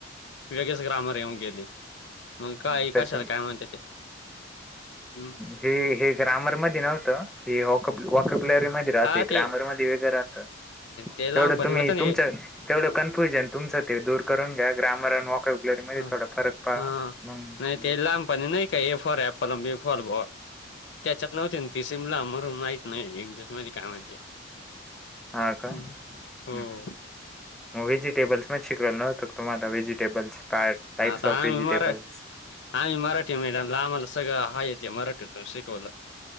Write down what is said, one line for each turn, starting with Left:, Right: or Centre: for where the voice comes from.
Left: वेगळेच ग्रामर येऊन गेली. मग
Centre: हम्म,
Left: काय
Centre: त्याच्या
Left: कशाला काय म्हणते ते हम्म
Centre: हे ग्रामरमध्ये नव्हतं वॉकप वॉकपलेरी मध्ये राहते
Left: हा ते
Centre: ग्रामर मध्ये वेगळं राहत
Left: ते लहानपणी
Centre: तेवढं तुम्ही
Left: होतं ना हे
Centre: तुमच्या तेवढं कन्फ्युजन तुमचं ते दूर करून घ्या ग्रामर आणि वॉक कब्लरी मध्यें
Left: हा
Centre: थोडा फरक पहा
Left: हा.
Centre: मग
Left: नाही ते लहानपणी नाही का ए फॉर एप्पल अन बी फॉर बॉल त्याॅचत नव्हती ती सिमला म्हणून माहिती नाही इंग्लिशमध्ये काय म्हणते
Centre: हा का हम्म
Left: हम्म. हो
Centre: वेजिटेबल्स पण शिकवावं नव्हतं का तुम्हाला वेजिटेबल्स टाइप्स
Left: आता
Centre: ऑफ
Left: आम्ही
Centre: वेजिटेबल्स
Left: मरा आम्ही मराठी मीडियम ला आम्हाला सगळंच आहेते मराठीतूनच शिकवलं.